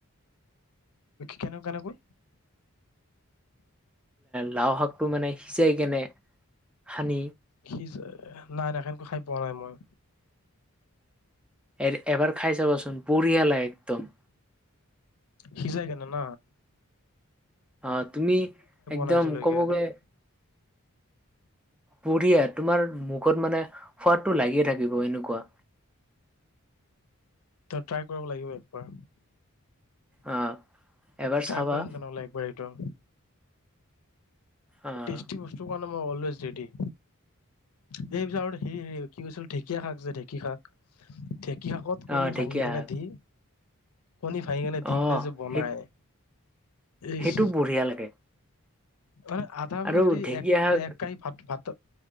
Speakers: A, on the left; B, in the centre.
A: কেনেক কেনেকৈ?
B: লাও শাকটো মানে সিজাই কেনে সানি।
A: সি নাই নাই সেনকৈ খাই পোৱা নাই মই।
B: এ-এবাৰ খাই চাবচোন বঢ়িয়া লাগে একদম।
A: সিজাই কেনে ন।
B: অ তুমি একদম
A: নাই আজিলৈকে
B: ক'ব গৈয়ে পুঢ়িয়া তোমাৰ মুখত মানে সোৱাদটো লাগিয়ে থাকিব এনেকুৱা।
A: ত ট্ৰাই কৰিব লাগিব একবাৰ,
B: আহ এবাৰ
A: ট্ৰাই
B: চাবা
A: কৰিম তেনেহ'লে একবাৰ এই টো।
B: আহ
A: টেষ্টি বস্তুৰ কাৰণে মই অলোৱেজ ৰেডি। এই পিছত আৰু হে হ কি কৈছিল ঢেকীয়া শাক যে ঢেঁকী শাক ঢেঁকী শাকত
B: আহ
A: কণী
B: ঢেকীয়া
A: ভাঙি কেনে
B: শাক
A: দি, কণী ভাঙি কেনে দি
B: আহ
A: কিনে যে বনাই
B: সেই
A: ইচ
B: সেইটো বঢ়িয়া লাগে।
A: মানে আধা মানে
B: আৰু
A: যদি
B: ঢেকীয়া
A: এক মানে
B: শাক
A: এক কাঁহি ভাত ভাত,